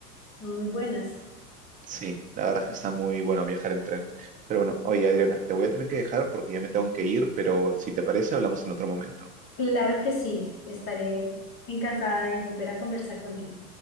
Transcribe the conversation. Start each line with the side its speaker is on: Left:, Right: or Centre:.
Left: son muy buenas.
Right: Sí, la verdad es que está muy bueno viajar en tren. Pero bueno, oye Adriana, te voy a tener que dejar porque ya me tengo que ir, pero si te parece, hablamos en otro momento.
Left: Claro que sí, estaré encantada de volver a conversar contigo.